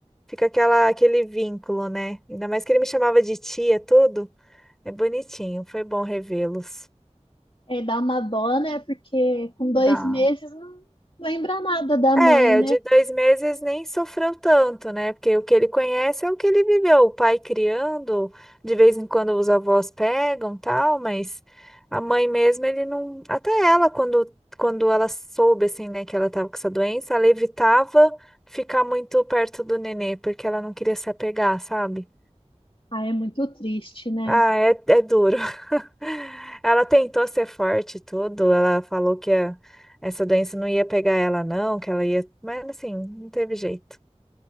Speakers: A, in the centre; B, on the left (about 50°).
A: Fica aquela, aquele vínculo, né? Ainda mais que ele me chamava de tia, tudo. É bonitinho, foi bom revê-los.
B: é, dá uma dó, né? Porque com dois
A: Dá.
B: meses não lembra nada da
A: É,
B: mãe, né?
A: o de dois meses nem sofreu tanto, né? Porque o que ele conhece é o que ele viveu, o pai criando, de vez em quando os avós pegam, tal, mas a mãe mesmo, ele não. Até ela, quando, quando ela soube, assim, né, que ela tava com essa doença, ela evitava ficar muito perto do nenê, porque ela não queria se apegar, sabe?
B: Ah, é muito triste, né?
A: Ah, é, é duro. <laughs> Ela tentou ser forte e tudo, ela falou que a- essa doença não ia pegar ela, não, que ela ia. Mas assim, não teve jeito.